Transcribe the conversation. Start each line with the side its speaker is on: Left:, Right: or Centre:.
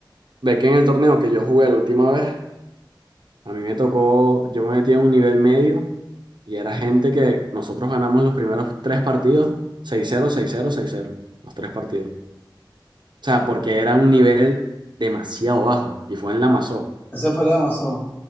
Right: ve que en el torneo que yo jugué la última vez, a mí me tocó, yo me metí a un nivel medio y era gente que nosotros ganamos los primeros tres partidos, seis cero seis cero seis cero los tres partidos. O sea, porque era un nivel demasiado bajo y fue en la Masó.
Left: ese fue el de Amazon.